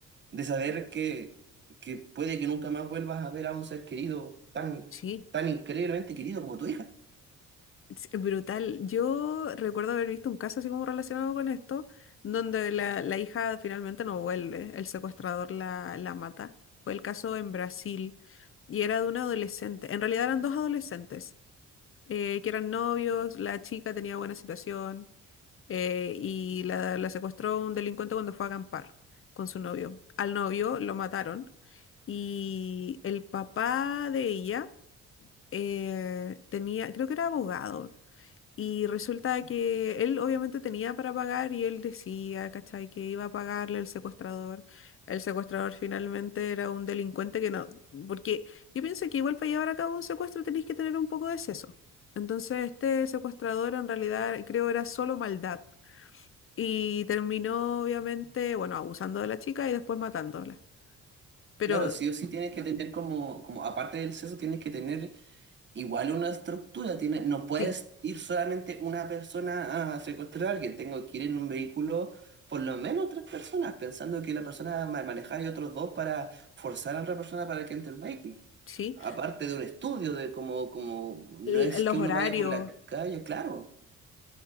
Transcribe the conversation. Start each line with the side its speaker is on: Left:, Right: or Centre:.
Right: de saber que, que puede que nunca más vuelvas a ver a un ser querido tan,
Left: sí.
Right: tan increíblemente querido como tu hija.
Left: Es Brutal. Yo recuerdo haber visto un caso así como relacionado con esto, donde la, la hija finalmente no vuelve, el secuestrador la, la mata. Fue el caso en Brasil y era de una adolescente. En realidad eran dos adolescentes eh, que eran novios, la chica tenía buena situación eh, y la, la secuestró un delincuente cuando fue a acampar con su novio. Al novio lo mataron y el papá de ella eh, tenía, creo que era abogado y resulta que él obviamente tenía para pagar y él decía, ¿cachai? Que iba a pagarle al secuestrador. El secuestrador finalmente era un delincuente que no, porque yo pienso que igual para llevar a cabo un secuestro tenéis que tener un poco de seso. Entonces este secuestrador en realidad creo era solo maldad. Y terminó obviamente, bueno, abusando de la chica y después matándola. Pero
Right: Claro, sí o sí tienes que tener como, como aparte del sexo, tienes que tener Igual una estructura tiene, no puedes
Left: sí,
Right: ir solamente una persona a secuestrar a alguien, tengo que ir en un vehículo por lo menos tres personas, pensando que la persona va a manejar y otros dos para forzar a otra persona para que entre el vehículo.
Left: sí,
Right: Aparte de un estudio de cómo, como no
Left: l-
Right: es
Left: los
Right: que
Left: horarios
Right: uno vaya por la calle, claro,